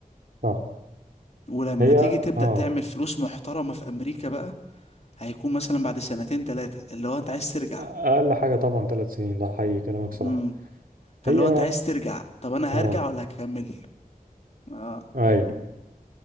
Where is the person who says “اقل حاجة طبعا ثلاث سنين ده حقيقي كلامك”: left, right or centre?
Right